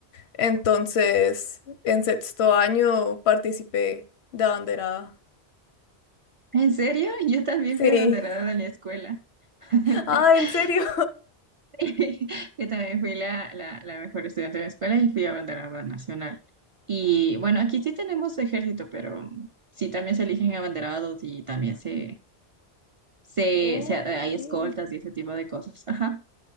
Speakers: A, on the left; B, on the right.
A: Entonces en sexto año participé de abanderada.
B: ¿En serio? Yo también
A: Sí.
B: fui abanderada
A: <laughs>
B: de la escuela. <laughs>
A: Ah, ¿en serio?
B: Sí, Yo también fui la, la, la mejor estudiante de la escuela y fui abanderada nacional. Y bueno, aquí sí tenemos ejército, pero sí también se eligen abanderados y también se se,
A: <laughs>
B: se- hay escoltas
A: Ok.
B: y ese tipo de cosas. Ajá.